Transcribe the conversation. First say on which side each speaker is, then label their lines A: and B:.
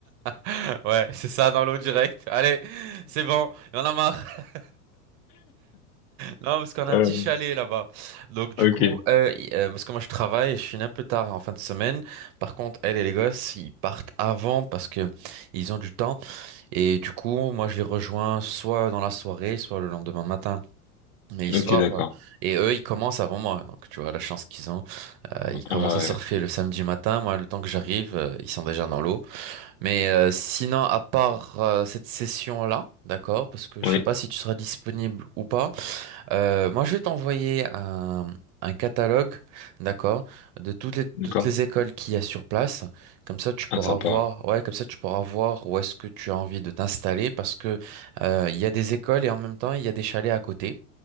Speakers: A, on the right (about 35°); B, on the left (about 70°).
A: ah, <laughs> ouais, c'est ça, dans l'eau direct. Allez, c'est bon, on en a marre. <laughs> Non, parce qu'on a un
B: Euh,
A: petit chalet là-bas. Donc, du
B: ok.
A: coup, euh, il- euh, parce que moi, je travaille, et je finis un peu tard en fin de semaine. Par contre, elle et les gosses, ils partent avant parce que ils ont du temps. Et du coup, moi, je les rejoins soit dans la soirée, soit le lendemain matin. Mais histoire,
B: Ok, d'accord.
A: euh, et eux, ils commencent avant moi, donc tu vois la chance qu'ils ont. Euh, ils commencent
B: Ah
A: à
B: Ouais.
A: surfer le samedi matin. Moi, le temps que j'arrive, euh, ils sont déjà dans l'eau. Mais euh, sinon, à part euh, cette session-là, d'accord, parce que
B: Oui,
A: je sais pas si tu seras disponible ou pas. Euh, moi, je vais t'envoyer un, un catalogue, d'accord, de toutes les,
B: d'accord.
A: toutes les écoles qu'il y a sur place. Comme ça, tu pourras
B: Ah, sympa.
A: voir, ouais, comme ça, tu pourras voir où est-ce que tu as envie de t'installer parce que euh, il y a des écoles et en même temps, il y a des chalets à côté.